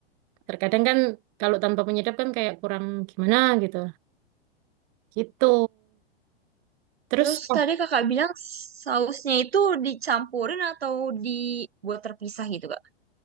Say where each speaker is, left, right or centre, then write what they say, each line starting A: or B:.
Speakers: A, on the right; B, on the right.
A: Terkadang kan kalau tanpa penyedap kan kayak kurang gimana gitu. Gitu. Terus
B: Terus
A: oh,
B: tadi kakak bilang sausnya itu dicampurin atau dibuat terpisah gitu kak?